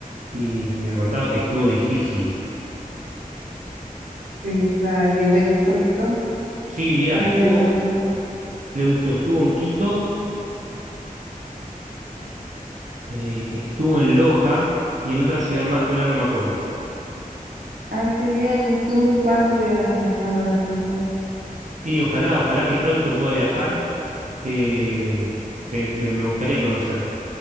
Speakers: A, on the right; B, on the right.
A: y, y me contaba que estuvo difícil.
B: Sí, claro, y le gustó Quito,
A: Sí, mira,
B: más
A: estuvo,
B: allá de la ciudad.
A: le gustó, estuvo en Quito, eh, estuvo en Loja y en otra ciudad más que ahora no me acuerdo.
B: Ah, qué bien. ¿Y tú cuándo viajas a Ecuador a conocer?
A: Y ojalá, ojalá que pronto pueda viajar. eh, te- me, me gustaría conocer.